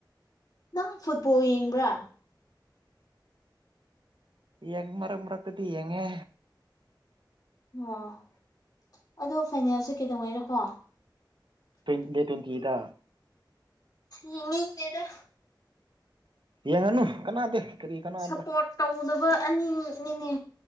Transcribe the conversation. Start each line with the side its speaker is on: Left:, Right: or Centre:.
Left: ꯅꯪ ꯐꯨꯠꯕꯣꯜ ꯌꯦꯡꯕ꯭ꯔꯥ
Right: ꯌꯦ ꯃꯔ ꯃ꯭ꯔꯛꯇꯗꯤ ꯌꯦꯉꯦ
Left: ꯑꯣ ꯑꯗꯣ ꯐꯥꯏꯅꯦꯜꯁꯦ ꯀꯩꯗꯧꯉꯩꯔꯣꯀꯣ
Right: ꯇ꯭ꯋ ꯗꯦ ꯇ꯭ꯋꯦꯟꯇꯤꯗ
Left: ꯌꯦꯡꯅꯤꯡꯗꯦꯗꯥ
Right: ꯌꯦꯡꯉꯅꯨ ꯀꯅꯥꯗꯦ ꯀꯔꯤ ꯀꯅꯥꯕ꯭ꯔꯥ
Left: ꯁꯞꯄꯣꯔꯠ ꯇꯧꯗꯕ ꯑꯅꯤꯅꯤꯅꯦ